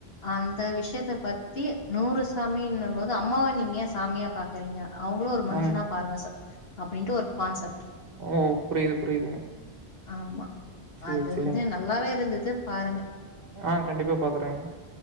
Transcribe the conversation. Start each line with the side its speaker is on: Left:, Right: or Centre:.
Left: அந்த விஷ்யத்த பத்தி நூறு சாமின்னும் போது அம்மாவ நீங்க ஏ சாமிய பாக் குரிங்க அவுங்களு ஒரு மனுஷனா
Right: ஆம்
Left: பாருங்க ச அப்டின்ட்டு ஒரு கான்செப்ட்
Right: ஓ புரியுது புரியுதுங்க
Left: ஆமா
Right: சேரி
Left: அது
Right: சேரிங்க
Left: வந்து நல்லாவே இருந்துது பாருங்க
Right: ஆ கண்டிப்பா பாக்குறேங்க